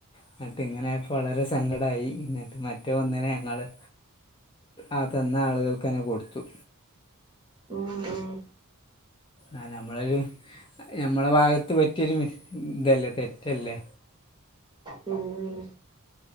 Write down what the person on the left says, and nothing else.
ഇന്നട്ട് ഇങ്ങനെ ഫളരെ സങ്കടായി ഇന്നട്ട് മറ്റോന്നിനെ നാള് അത് തന്ന ആളുകൾക്കെന്നെ കൊടുത്തു.
ആ നമ്മളൊരു ഞമ്മള ഭാഗത്ത് പറ്റിയൊരു ഇതല്ലേ തെറ്റല്ലെ.